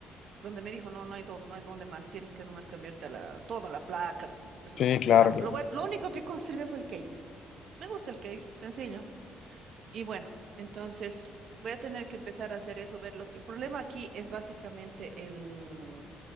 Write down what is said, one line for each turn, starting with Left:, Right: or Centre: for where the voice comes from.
Right: donde me dijo, no, no hay dónde, no hay dónde más, tienes que nomás cambiarte a la, todo, la placa, es lo-
Left: Sí, claro,
Right: el drama.
Left: claro,
Right: Lo bueno, lo único que conservé fue el case. Me gusta el case, sencillo. Y bueno, entonces voy a tener que empezar a hacer eso, ver lo El problema aquí es básicamente el,